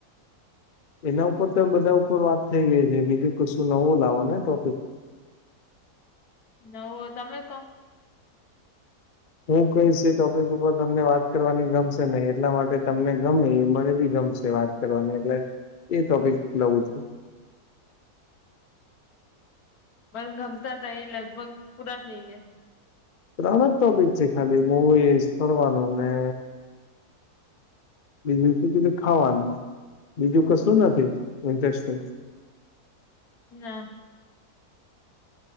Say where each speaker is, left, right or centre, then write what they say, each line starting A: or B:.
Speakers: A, on the left; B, on the left.
A: એના ઉપર તો બધા ઉપર વાત થઈ ગઈ છે બીજું કશું નવું લાવો ને ટોપિક.
B: નવો તમે કો
A: હું કહીશ એ ટોપિક ઉપર તમને વાત કરવાની ગમશે નહીં એટલા માટે તમને ગમે એ મને બી ગમશે વાત કરવાની એટલે એ ટોપિક લઉ છું.
B: મન ગમતા તા એ લગભગ પૂરા થઈ ગયા.
A: ત્રણ જ ટોપિક છે ખાલી મુવીઝ, ફરવાનું ને બીજું શું કીધું ખાવાનું, બીજું કશું નથી ઇન્ટરેસ્ટિંગ?
B: ના